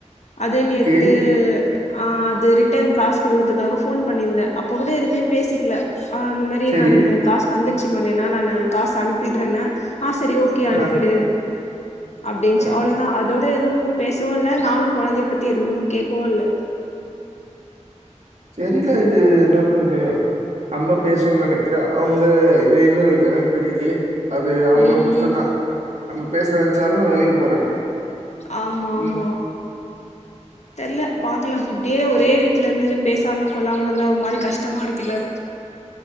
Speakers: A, on the left (about 65°); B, on the right (about 65°).
A: அது நேத்து
B: ஓகே
A: ஆஹ் ரிட்டர்ன் காசு குடுக்கறதுக்காக போன் பண்ணிருந்தேன் அப்ப கூட எதுவுமே பேசிக்கல ஆஹ் அந்த மாதிரி
B: சரி
A: நான் காசு வந்து நிச்சயமா நானு காசு அனுப்பிட றேனே ஆஹ் சரி ஓகோ
B: ஆ
A: அனுப்பிடு அப்டின்ச்சு
B: ஆ
A: அவ்ளோதான் அது அதோட எதுவும் பேசவும் இல்ல நானும் குழந்தைய பத்தி எதுவும் கேக்கவும் இல்ல
B: தெரியல இது என்ன ப்ரோஜ அம்மா பேசணும்னு நினைக்கிறேன் அவங்க இது என்ன நினைக்கிறாங்குன்னு தெரியலியே. அது அவுங்கள
A: ம்
B: பொறுத்தது தான். நம்ம பேச நினைச்சாலும் விலகி போறாங்க
A: ஆமாமா
B: ம்
A: தெரியல பாக்கலாம் இப்படியே ஒரே வீட்டுல இருந்துட்டு பேசாம கொள்ளாம இருந்தா ஒரு மாதிரி கஷ்டமா இருக்குல்ல